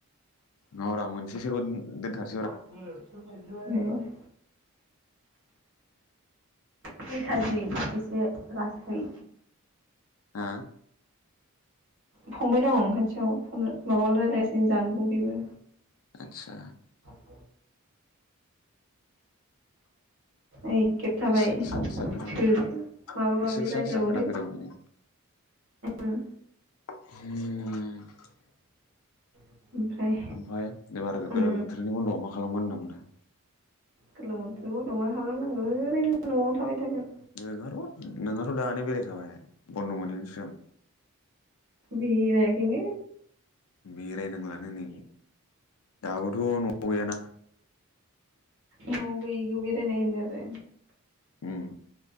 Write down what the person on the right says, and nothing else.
<unintelligible> उम। <inaudible> बै थाजि एसे लासै।
फंबाय दं खाथियाव फन माबा रायलायगासिनो जानबुं बेबो।
<unintelligible> ओइ खेब थाबाय
सोदो
माबा माबि
रायज्लायबावदो
उम
ओमफ्राय
उम
गोलोम बोथोर बद'आव मा खालामनांगो ओरैनो न'आव थाबाय थागोन।
बिरायाखैनो।
नआव गैयिखौ बेरायनाय होनो आरो।